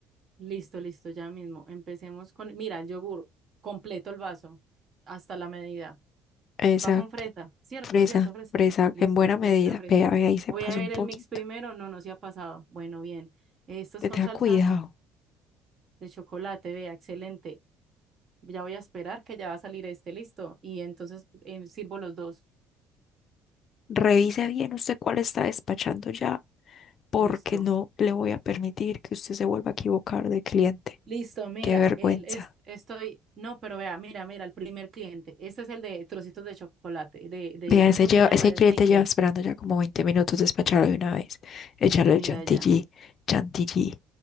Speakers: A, on the right (about 50°); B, on the left (about 55°).
A: Listo, listo, ya mismo. Empecemos con, mira, el yogur, completo el vaso, hasta la medida.
B: Exacto,
A: Va con fresa, ¿cierto?
B: fresa,
A: ¿Cierto? Fresa.
B: fresa,
A: Listo,
B: en buena medida.
A: fresa, fresa.
B: Vea, vea, ahí se
A: Voy
B: pasa
A: a ver
B: un poquito.
A: el mix primero, no, no se ha pasado. Bueno, bien. Esto es
B: Te
A: con
B: tenga
A: salsa
B: cuidado.
A: de chocolate, vea, excelente. Ya voy a esperar que ya va a salir este, listo. Y entonces eh, sirvo los dos,
B: Revise bien usted cuál está despachando ya, porque
A: listo.
B: no le voy a permitir que usted se vuelva a equivocar de cliente.
A: Listo, mira,
B: Qué vergüenza.
A: el, es, estoy, no, pero vea, mira, mira, el primer cliente. Este es el de trocitos de chocolate, de, de,
B: Vea,
A: ¿cómo
B: ese, lleva-
A: se llama?
B: ese
A: De
B: cliente
A: Snickers.
B: lleva esperando ya como 20 minutos despacharlo de una vez. Echarle
A: Mira
B: el chantilly,
A: ya.
B: chantilly.